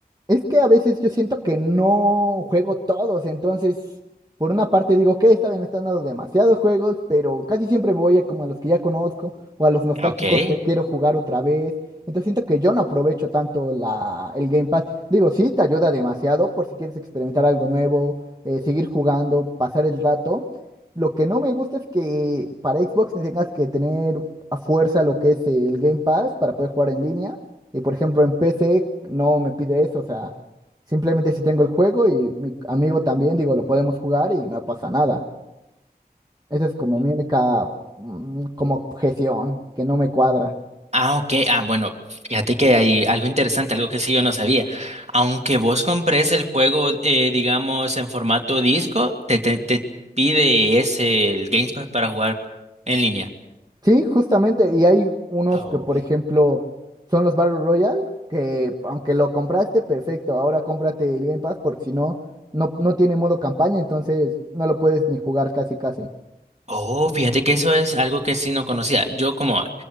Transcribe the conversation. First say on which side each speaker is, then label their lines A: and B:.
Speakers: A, on the right; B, on the right.
A: es que a veces yo siento que no juego todos, entonces por una parte digo que esta vez me están dando demasiados juegos, pero casi siempre me voy a como a los que ya conozco o a los nostálgicos
B: Ok.
A: que quiero jugar otra vez. Entonces siento que yo no aprovecho tanto la, el Game Pass. Digo, sí, te ayuda demasiado por si quieres experimentar algo nuevo, eh, seguir jugando, pasar el rato. Lo que no me gusta es que para Xbox tengas que tener a fuerza lo que es el Game Pass para poder jugar en línea. Y por ejemplo, en PC no me pide eso, o sea, simplemente si tengo el juego y mi amigo también, digo, lo podemos jugar y no pasa nada. Esa es como mi única, mm, como objeción que no me cuadra.
B: Ah, ok. Ah, bueno, fíjate que hay algo interesante, algo que sí yo no sabía. Aunque vos compres el juego, eh, digamos, en formato disco, te, te, te pide ese el Gamepad para jugar en línea.
A: Sí, justamente, y hay unos
B: Oh.
A: que, por ejemplo, son los Battle Royale, que aunque lo compraste, perfecto, ahora cómprate el Game Pass porque si no, no, no tiene modo campaña, entonces no lo puedes ni jugar casi casi.
B: Oh, fíjate que eso es algo que sí no conocía. Yo como,